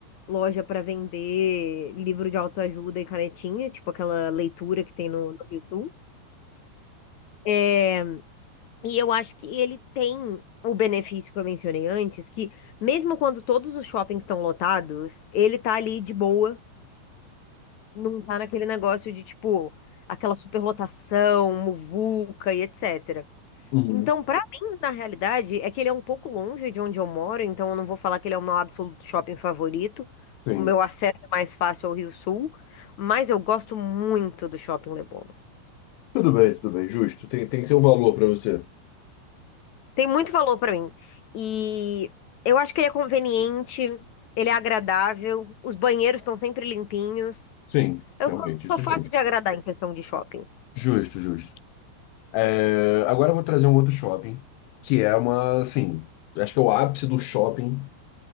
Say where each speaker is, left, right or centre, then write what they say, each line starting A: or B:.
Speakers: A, on the left; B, on the left.
A: loja para vender livro de autoajuda e canetinha, tipo aquela leitura que tem no, no Rio Sul. É, e eu acho que ele tem o benefício que eu mencionei antes, que mesmo quando todos os shoppings estão lotados, ele tá ali de boa, não tá naquele negócio de tipo aquela superlotação, muvuca e etc.
B: Uhum.
A: Então, pra mim, na realidade, é que ele é um pouco longe de onde eu moro, então eu não vou falar que ele é o meu absoluto shopping favorito.
B: Sim.
A: O meu acesso é mais fácil ao Rio Sul, mas eu gosto muito do Shopping Leblon.
B: Tudo bem, tudo bem. Justo. Tem, tem seu valor para você.
A: Tem muito valor pra mim. E eu acho que ele é conveniente, ele é agradável, os banheiros estão sempre limpinhos.
B: Sim,
A: Eu
B: realmente,
A: sou
B: isso
A: sou fácil
B: sim.
A: de agradar em questão de shopping.
B: Justo, justo. É, agora eu vou trazer um outro shopping, que é uma, assim, acho que é o ápice do shopping,